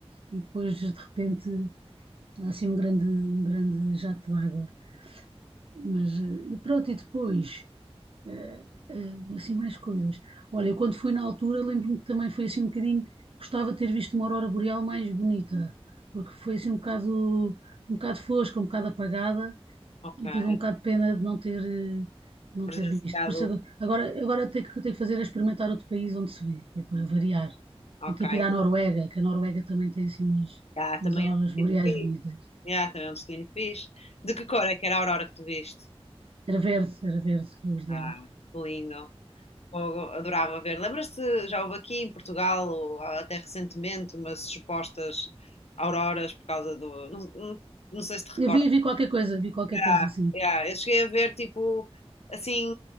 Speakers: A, on the right (about 60°); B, on the left (about 80°).
A: e depois de repente há assim um grande, um grande jato de água. Mas eh, e pronto, e depois eh, eh, assim mais coisas. Olha, eu quando fui na altura lembro-me que também foi assim um bocadinho, gostava de ter visto uma aurora boreal mais bonita, porque foi assim um bocado, um bocado fosca, um bocado apagada
B: ok.
A: eu tive um bocado de pena de não ter, eh, de não
B: Presenciado,
A: ter visto. Por isso agora, agora agora tenho que- o que tenho que fazer é experimentar outro país onde se vê, que é para variar.
B: ok.
A: Tenho que ir para a Noruega, que a Noruega também tem assim umas,
B: Ah, também
A: umas auroras
B: é um destino
A: boreais
B: fixe.
A: bonitas.
B: Yeah, também é um destino fixe. De que cor é que era a aurora que tu viste?
A: Era verde, era verde, verdeada.
B: Ah, que lindo. Fogo, adorava ver. Lembras-te, já houve aqui em Portugal, ou até recentemente, umas supostas auroras por causa do... Não, não, não sei se te recordas.
A: Eu vi, vi qualquer coisa, vi qualquer
B: Yeah,
A: coisa assim.
B: yeah. Eu cheguei a ver, tipo, assim,